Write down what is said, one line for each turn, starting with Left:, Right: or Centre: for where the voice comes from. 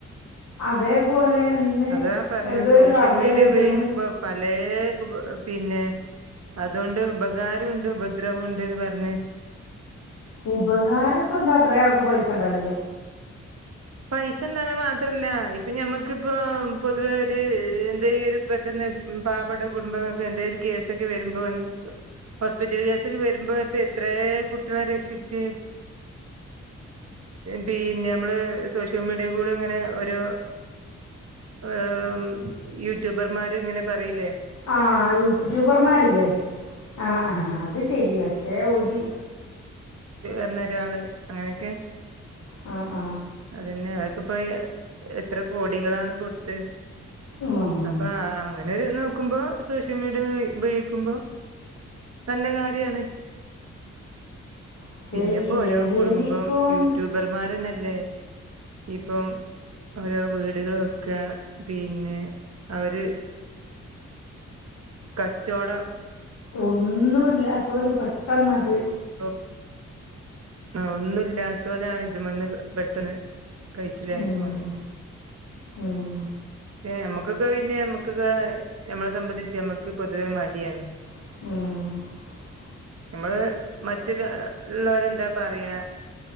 Left: അതേപോലെ ഇന്ന്
Right: അതാ പറഞ്ഞത്
Left: ഏതോ
Right: സോഷ്യൽ
Left: ഒരു വാർത്ത
Right: മീഡിയ
Left: കേട്ട്ണ്
Right: ഉപയോഗിക്കുമ്പ പലേ പിന്നെ അതുകൊണ്ട് ഉപകാരം ഒണ്ട് ഉപദ്രവം ഒണ്ട്ന്ന് പറഞ്ഞെ
Left: ഉപകാരയിപ്പം എന്താ അത്ര ആൾക്ക് പൈസ ഉണ്ടാകേ
Right: പൈസ ഇണ്ടന്ന മാത്രല്ല ഇപ്പോ പിന്നെ ഞമ്മക്കിപ്പോ പോതുവെ ഒരു എന്തെങ്കിലും പെട്ടെന്ന് മ് പാവപെട്ട കുടുംപങ്ങൾക് എന്തെലും കേസൊക്കെ വരുമ്പോ ഹോസ്പിറ്റൽ കേസോകെ വരുമ്പോ ഇപ്പോ എത്രെ കുട്ടിയേളെ രേഷിച്ച് പിന്നെ നമ്മൾ സോഷ്യൽ മീഡിയ കൂടെ ഇങ്ങെനെ രോ <unintelligible> യൂട്യൂഭർമാർ ഇങ്ങെനെ പറയുലെ
Left: ആ യൂട്യൂബർമാർ ഇല്ലേ അ ആ അത് ശരി പക്ഷെ ഒരു
Right: <inaudible> അങ്ങെനെ ഒക്കെ
Left: അ ആ
Right: അതന്നെ അയാക്ക് ഇപ്പോ എത്രെ കോടികളാണ് കോടുത്തെ
Left: ഉം.
Right: അപ്പൊ ആ അന്നേരം ഇത് നോക്കുമ്പോ സോഷ്യൽ മീഡിയ ഉഭയോഗിക്കുമ്പോ നല്ല കാര്യാണ്
Left: പക്ഷേ
Right: പിന്നെപ്പോ
Left: ഈ ലഹരി
Right: ഓരോ കുടുംബം
Left: കൊണ്ട്
Right: യൂട്യൂബർ മാരന്നെ ല്ലെ. ഇപ്പം ഓരോ വീട്‌കൾ വെക്കാ പിന്നെ അവര് കച്ചോടം.
Left: ഒന്നും ഇല്ലാത്തോൽ പെട്ടന്ന് ആട്ട്
Right: <inaudible> അ ഒന്നുല്ലാത്തോരാണ് ഇദ്മ്മന്ന് <unintelligible> പെട്ടെന്ന് കഴിച്ചിലായി
Left: ഉം,
Right: പോന്നെ.
Left: ഉം,
Right: പക്ഷേ നമ്മകോക്കെ പിന്നെ നമ്മക്ക്ക്ക നമ്മള സമ്മന്തിച്ച് നമ്മക്ക് പൊതുവെ മടിയാണ്
Left: മ്മ്
Right: നമ്മൾ മറ്റരു ഉള്ളോരെന്താ പറയാ